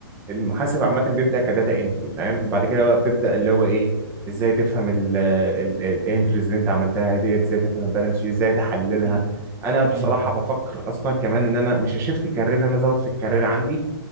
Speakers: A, on the right (about 20°); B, on the right (about 50°).
A: المحاسب عامه بيبدا كداتا انتري فاهم بعد كده بقى بتبدا اللي هو ايه ازاي تفهم الانتريز اللي انت عملتها ديت ازاي تفهم البالانس شيت ازاي تحللها
B: مم.
A: انا بصراحه
B: ايوه ايوه
A: بفكر اصلا كمان ان انا مش هشفت كارير انا ازود في الكارير عندي